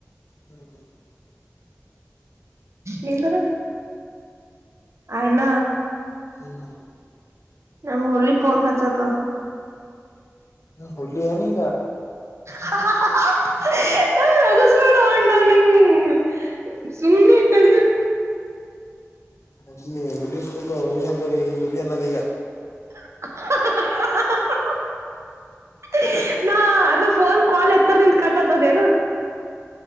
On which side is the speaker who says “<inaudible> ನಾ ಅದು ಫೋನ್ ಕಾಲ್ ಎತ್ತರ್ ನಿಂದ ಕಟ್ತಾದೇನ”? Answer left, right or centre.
Right